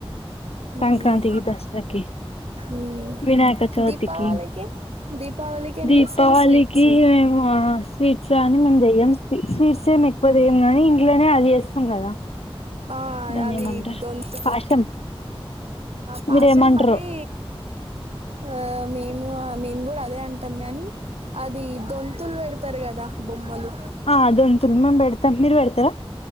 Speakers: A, on the left; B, on the right.
A: సంక్రాంతికి
B: మ్మ్
A: దసరాకి
B: మ్మ్
A: వినాయక చౌతికి
B: దీపావళికి దీపావళికి ఏం
A: దీపావళికి
B: చేస్తారు స్వీట్స్
A: హమా స్వీట్స్ కానీ మేము జెయ్యం స్వీట్స్ ఏం ఎక్కువ తెయ్యం నీ ఇంట్లోనే అది చేస్తాం కదా
B: ఆ
A: దాన్ని
B: అవి
A: ఏమంటారు
B: దొంతులు
A: పాశం
B: పాసం
A: మీరేమంటారో
B: మళ్ళీ అ మేము మేము కూడా అదే అంటాం గానీ అది దొంతులు పెడత తారు కదా బొమ్మలు
A: ఆ అదొంతు మేం పెడతం మీరు బెడతార